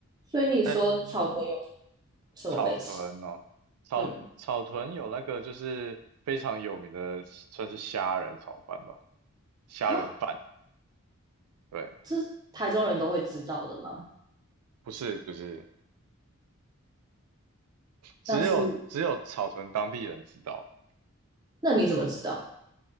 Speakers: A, on the right; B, on the right.
A: 所以你说草屯有
B: 哎，
A: 什么美食？
B: 草屯哦，草草屯有那个就是非常有名的，
A: 嗯，
B: 算是虾仁炒饭吧，虾仁饭。
A: 哈，
B: 对，
A: 这台中人都会知道的吗？
B: 不是不是，只有只有草屯当地人知道。
A: 那是，那你怎么知道？
B: 对，